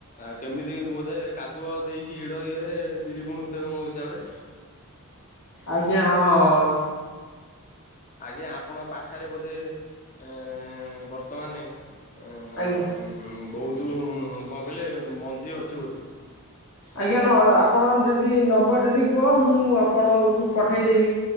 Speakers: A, on the left; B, on the left.
A: ଆ କେମିତି ବୋଧେ କାଦୁଅ ଦେଇକି ହିଡ ଇଏରେ ବିରି ବୁଣଥିବେ ମୋ ହିସାବରେ?
B: ଆଜ୍ଞା ହଁ।
A: ଆଜ୍ଞା ଆପଣଙ୍କ ପାଖରେ ବୋଧେ ଏଁ ବର୍ତ୍ତମାନେ ଏଁ
B: ଆଜ୍ଞା।
A: ହୁଁ ବହୁତୁ କଣ କହିଲେ ମଞ୍ଜି ଅଛି ବୋଧେ।
B: ଆଜ୍ଞା ନ ଆପଣ ଯଦି ନବ ଯଦି କୁହ ମୁଁ ଆପଣଙ୍କୁ ପଠାଇ ଦେବି।